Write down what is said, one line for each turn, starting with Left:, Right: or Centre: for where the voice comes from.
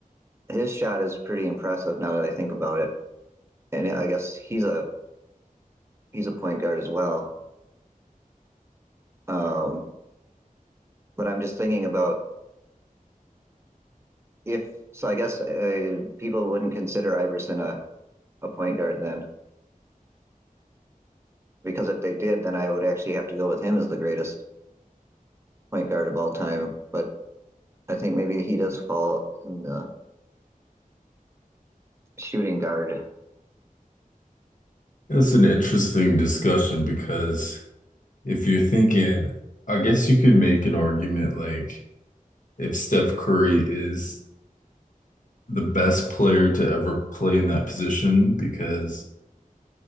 Right: His shot is pretty impressive now that I think about it, and I guess he's a he's a point guard as well. Um, but I'm just thinking about if so, I guess uh, people wouldn't consider Iverson a, a point guard then, because if they did, then I would actually have to go with him as the greatest point guard of all time. But I think maybe he does fall in the shooting guard.
Left: It's an interesting discussion because if you're thinking, I guess you could make an argument like if Steph Curry is the best player to ever play in that position because